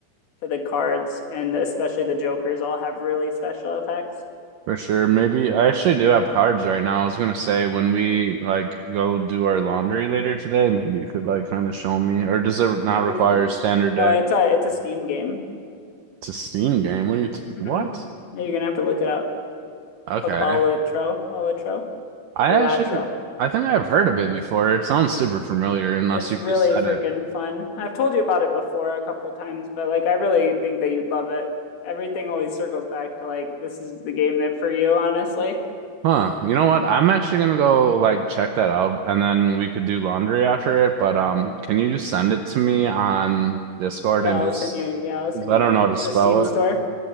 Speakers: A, on the left; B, on the right.
A: to the cards, and especially the jokers all have really special effects.
B: For sure. Maybe I actually do have cards right now. I was gonna say when we like go do our laundry later today, maybe you could like kind of show me. Or does it not
A: Or
B: require
A: we can,
B: a standard
A: no,
B: deck
A: it's a it's a Steam game.
B: to Steam game? What do you t
A: Mm-hmm.
B: what?
A: No, You're gonna have to look it up.
B: Okay.
A: It's called Balatro, Balatro,
B: I
A: or Balatro.
B: actually I think I've heard of it before. It sounds super familiar unless
A: It's
B: you
A: really
B: just said
A: freaking
B: it.
A: fun. I've told you about it before a couple times, but like I really think that you'd love it. Everything always circles back to like this is the game that for you, honestly.
B: Huh. You know what? I'm actually gonna go like check that out and then we could do laundry after it. But um can you just send it to me on Discord
A: Yeah,
B: and
A: I'll
B: just
A: send you. Yeah, I'll send
B: 'cause I
A: you
B: don't
A: the link
B: know how to
A: to
B: spell
A: the Steam store.
B: it.